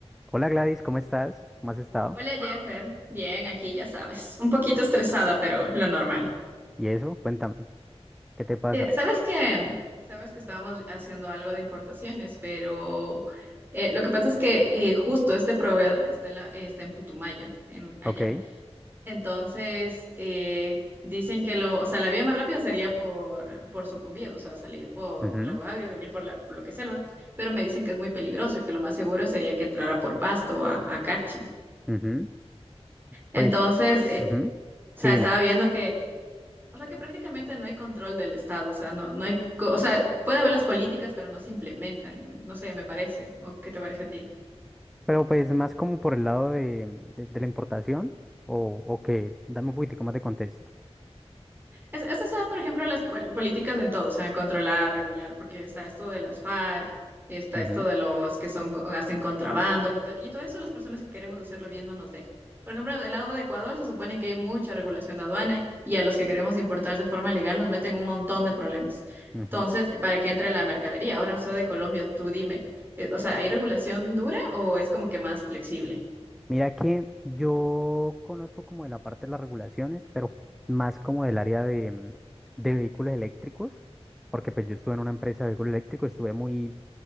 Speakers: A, in the centre; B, on the right.
A: Hola Gladys, ¿cómo estás? ¿Cómo has estado?
B: Hola Jeffer, bien, aquí ya sabes, un poquito estresada, pero lo normal.
A: Y eso, cuéntame, ¿qué te pasa?
B: Eh, sabes que, sabes que estábamos haciendo algo de importaciones, pero eh, lo que pasa es que eh, justo este proveedor está en la- está en Putumayo, en, allá.
A: Ok,
B: Entonces eh, dicen que lo, o sea, la vía más rápida sería por por Sucumbíos, o sea, salir por
A: ujú,
B: por Lago Agrio, venir por la, por lo que es selva, pero me dicen que es muy peligroso y que lo más seguro sería que entrara por Pasto a, a Carchi.
A: ujú,
B: Entonces,
A: Pues,
B: eh,
A: ujú,
B: o
A: Sí,
B: sea,
A: dime.
B: estaba viendo que O sea que prácticamente no hay control del Estado, o sea, no, no hay, co- o sea, puede haber las políticas, pero no se implementan, no sé, me parece, ¿o qué te parece a ti?
A: Pero pues más como por el lado de, de- de la importación o, o qué, dame un poquitico más de contexto.
B: Es- Esas son, por ejemplo, las pol- políticas en todo, o sea, controlar, regular, porque está esto de las FARC, está
A: Ujú,
B: esto de los que son, co- hacen contrabando y, to- y todo eso las personas que queremos hacerlo bien no nos deja. Por ejemplo, del lado de Ecuador se supone que hay mucha regulación de aduana y a los que queremos importar de forma legal nos meten un montón de problemas.
A: ujú,
B: Entonces,
A: ujú.
B: para que entre la mercadería, ahora no soy de Colombia, tú dime, eh, o sea, ¿hay regulación dura o es como que más flexible?
A: Mira que yo conozco como de la parte de las regulaciones, pero más como del área de, mm, de vehículos eléctricos, porque pues yo estuve en una empresa de vehículos eléctricos, estuve muy